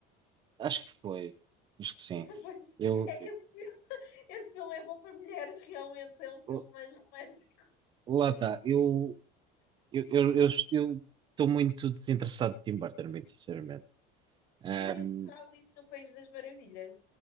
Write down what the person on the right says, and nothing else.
Acho que foi. Acho que sim.
Eu,
eu-
lá está. Eu, eu, eu, eu, eu estou muito desinteressado de Tim Burton, muito sinceramente. Ahm,